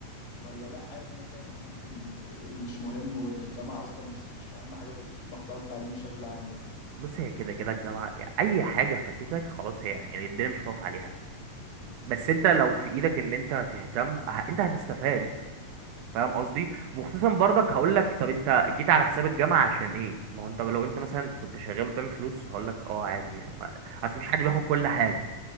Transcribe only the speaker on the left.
ولا لا عادي مثلا ممكن مش مهم وان الجامعه اصلا مش مش اهم حاجه في محتوى التعليم بشكل عام يعني
امم